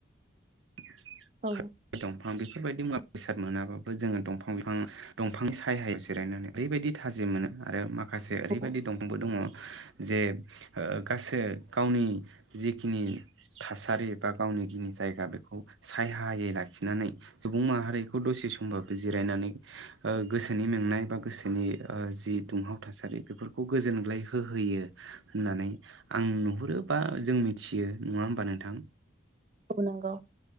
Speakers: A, on the right; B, on the right.
A: <unintelligible>
B: औ
A: दंफां बेफोरबायदि मुवा बेसाद मोनाबाबो जोङो दंफां फां दंफांनि सायहायाव जिरायनानै ओरैबायदि थाजि मोनो आरो माख माखासे ओरैबायदि
B: औ
A: दंफांबो दङ जे ओ गासो गावनि जिखिनि थासारि बा गावनिखिनि जायगा बे खौ सायहायै लाखिनानै सुबुं माहारिखौ दसे समबाबो जिरायनानै ओ गोसोनि मेंनाय बा गोसोनि ओ जि दुंहाव थासारि बेफोरखौ गोजोनग्लाय होहोयो होननानै आं नुहुरो बा जों मिथियो नङा होमबा नोंथां?
B: औ नंगौ